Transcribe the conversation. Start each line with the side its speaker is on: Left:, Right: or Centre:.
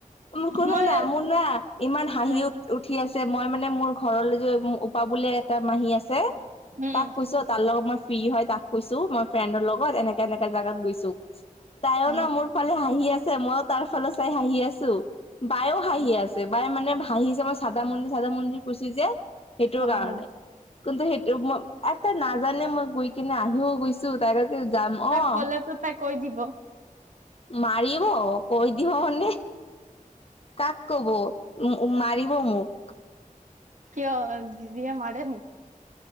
Left: কোনো কোনো
Right: মই
Left: নাই, মোৰ না, ইমান হাঁহি
Right: উম
Left: উঠ উঠি আছে। মই মানে মোৰ ঘৰলৈ যে উ পা বোলে এটা মাহী আছে।
Right: উম
Left: তাক কৈছোঁ, তাৰ লগত মই ফ্ৰী হয়। তাক কৈছোঁ, মই ফ্ৰেণ্ডৰ লগত এনেকে এনেকা জাগাত গৈছোঁ। তাইও
Right: উম
Left: ন, মোৰ ফালে হাঁহি আছে, মইও তাৰ ফালে চাই হাঁহি আছোঁ। বায়ো হাঁহি আছে। বায় মানে হাঁহিছে। মই চাদা মন্দিৰ, চাদা মন্দিৰ কৈছোঁ যে। সেইটোৰ
Right: অ
Left: কাৰণে, কিন্তু, সেইটো মই এটা নাজানো, মই গৈ কিনে আহিও গৈছোঁ। চো' তাকাকে যাম অ'।
Right: তাক ক'লেতো তাই কৈ দিব
Left: মাৰিব কৈ দিব মানে? কাক ক'ব, উম মাৰিব মোক?
Right: কিয় দিদিয়ে মাৰে নিকি?